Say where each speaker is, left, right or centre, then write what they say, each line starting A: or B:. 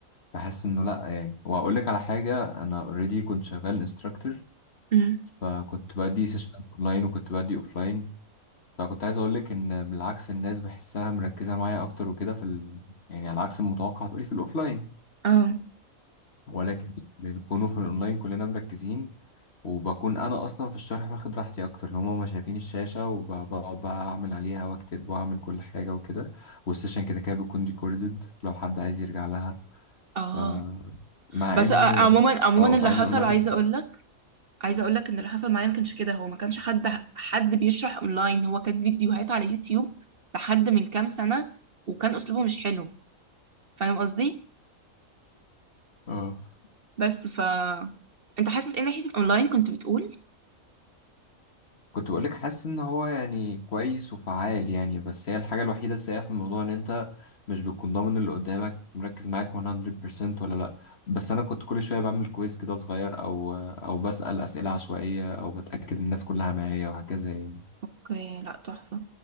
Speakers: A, on the left; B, on the right.
A: بحس إنه لأ يعني وأقول لك على حاجة أنا أوريدي كنت شغال انستراكتور
B: امم
A: فكنت بدي سيشنات أونلاين وكنت بدي أوفلاين فكنت عايز اقول لك ان بالعكس الناس بحسها مركزه معايا اكتر وكده في ال... يعني على عكس المتوقع هتقولي في الاوفلاين
B: اه
A: ولكن بنكونوا في الاونلاين كلنا مركزين وبكون انا اصلا في الشرح واخد راحتي اكتر ان هما ما شايفين الشاشه وبقعد بقى اعمل عليها واكتب واعمل كل حاجه وكده والسيشن كده كده بيكون ريكوردد لو حد عايز يرجع لها
B: اه
A: ف... مع
B: بس
A: ان
B: آه، عموما عموما
A: اه
B: اللي
A: مع
B: حصل
A: ان الاونلاين
B: عايزه اقول لك عايزه اقول لك ان اللي حصل معايا ما كانش كده هو ما كانش حد حد بيشرح اونلاين هو كان فيديوهات على يوتيوب لحد من كام سنه وكان اسلوبه مش حلو فاهم قصدي
A: اه
B: بس ف انت حاسس ايه ناحيه الاونلاين كنت بتقول
A: كنت بقولك حاسس ان هو يعني كويس وفعال يعني بس هي الحاجة الوحيدة السيئة في الموضوع ان انت مش بتكون ضامن اللي قدامك مركز معاك 100% ولا لا بس انا كنت كل شوية بعمل كويس كده صغير او او بسأل اسئلة عشوائية او بتأكد الناس كلها معايا وهكذا يعني
B: اوكي لا تحفه